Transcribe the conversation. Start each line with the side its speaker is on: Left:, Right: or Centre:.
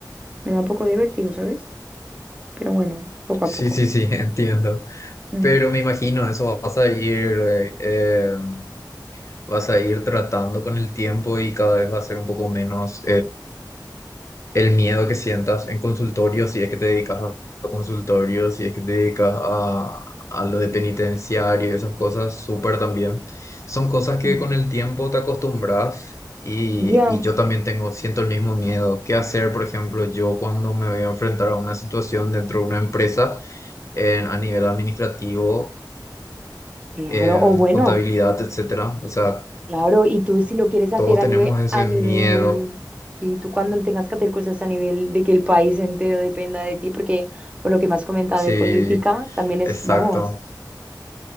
Right: me da un poco de vértigo, ¿sabes? Pero bueno, poco
Left: Sí,
Right: a poco.
Left: sí, sí, <laughs> entiendo.
Right: Mm,
Left: Pero me imagino, eso vas a ir, eh, eh, vas a ir tratando con el tiempo y cada vez va a ser un poco menos el miedo que sientas en consultorio, si es que te dedicas a a consultorio, si es que te dedicas a, a lo de penitenciario y esas cosas, súper también. Son cosas que
Right: mm.
Left: con el tiempo te acostumbras y,
Right: Ya,
Left: y yo también tengo, siento el mismo miedo. ¿Qué hacer, por ejemplo, yo cuando me voy a enfrentar a una situación dentro de una empresa en- a nivel administrativo,
Right: claro,
Left: en
Right: o bueno,
Left: contabilidad, etcétera? O sea,
Right: claro, y tú si lo quieres hacer
Left: todos
Right: a
Left: tenemos
Right: nivel,
Left: ese
Right: a nivel,
Left: miedo.
Right: y tú cuando tengas que hacer cosas a nivel de que el país entero dependa de ti, porque por lo que me has comentado
Left: Sí,
Right: de política, también es,
Left: exacto.
Right: vamos,